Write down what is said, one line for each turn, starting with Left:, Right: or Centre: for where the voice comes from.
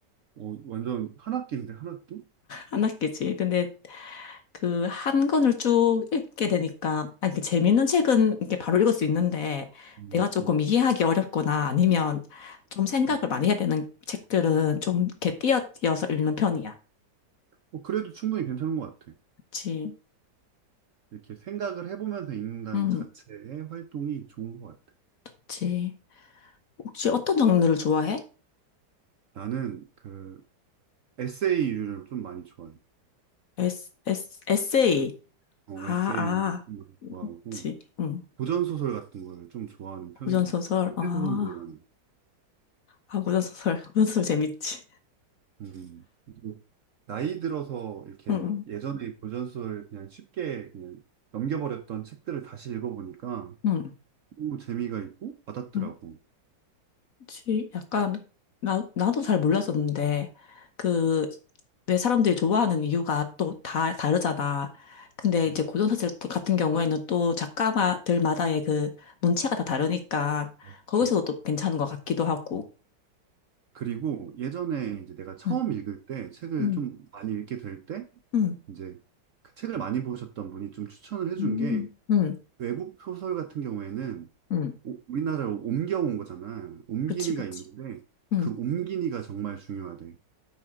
Right: 어, 완전 한 학기인데 한 학기?
Left: 안 낫겠지. 근데 그 한 권을 쭉 읽게 되니까, 아니, 그 재밌는 책은 이렇게 바로 읽을 수 있는데,
Right: 음,
Left: 내가 조금
Right: 음.
Left: 이해하기 어렵거나 아니면 좀 생각을
Right: 음.
Left: 많이 해야 되는 책들은 좀 이렇게 띄어띄어서 읽는 편이야.
Right: 어, 그래도 충분히 괜찮은 것 같아.
Left: 그치.
Right: 이렇게 생각을 해보면서 읽는다는
Left: 음,
Right: 것 자체의 활동이 좋은 것 같아.
Left: 그치. 혹시 어떤 장르를 좋아해?
Right: 나는 그 에세이류를 좀 많이 좋아해.
Left: 에스, 에스, 에세이.
Right: 어,
Left: 아,
Right: 에세이
Left: 아.
Right: 좋아하고
Left: 그치. 응.
Right: 고전 소설 같은 걸 좀 좋아하는 편인
Left: 고전소설.
Right: 것 같아. 그때
Left: 아,
Right: 그런 뭐라는.
Left: 아, 고전소설. <laughs> 고전소설 재밌지.
Right: 음. 나이 들어서 이렇게
Left: 응,
Right: 예전에 고전 소설 그냥 쉽게 그냥 넘겨버렸던 책들을 다시 읽어보니까
Left: 응,
Right: 너무 재미가 있고 와닿더라고.
Left: 응. 지- 약간, 나, 나도 잘 몰랐었는데, 그, 왜 사람들이 좋아하는 이유가 또 다 다르잖아. 근데 이제
Right: 음,
Left: 고전사슬 같은 경우에는 또 작가들마다의 그 문체가 다 다르니까,
Right: 그치.
Left: 거기서도 또 괜찮은 것 같기도 하고.
Right: 그리고 예전에 이제 내가 처음
Left: 응,
Right: 읽을 때 책을
Left: 응,
Right: 좀 많이 읽게 될 때
Left: 응,
Right: 이제 그 책을 많이 보셨던 분이 좀 추천을 해준
Left: 음.
Right: 게
Left: 응,
Right: 외국 소설 같은 경우에는
Left: 응.
Right: 오- 우리나라로 옮겨온 거잖아. 옮기니가
Left: 그치, 그치.
Right: 있는데
Left: 응.
Right: 그 옮기니가 정말 중요하대.